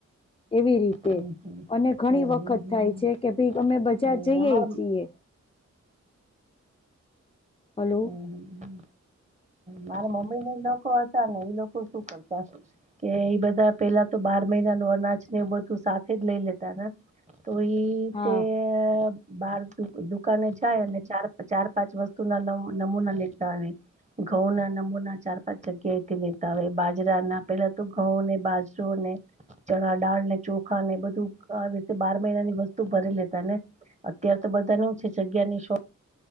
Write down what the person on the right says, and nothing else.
હમ્મ, હમ્મ, હમ્મ, હમ્મ.
હમ્મ,
હમ્મ, હમ્મ,
હમ્મ,
અમાર
હમ્મ, હમ્મ. મારા મમ્મી ના એ લોકો હતા ને એ લોકો શું કરતા કે બધા પેલા તો બાર મહિના અનાજ ને બધું સાથે જ લઈ લેતા. ને તો એ રીતે
બાર દુકાને જાય અને ચાર ચાર પાંચ વસ્તુ ના નમૂના લેતા આવે. ઘઉં ના નમૂના ચાર પાંચ જગ્યાએથી લેતા હો બાજરા ના પેલા તો ઘઉંને બાજરોને. ચણા દાળ ને ચોખા ને બધું આવી રીતે બાર મહિનાની વસ્તુ ભરી લેતા ને. અત્યારે તો બધાને હુ છે. જગ્યા ની શો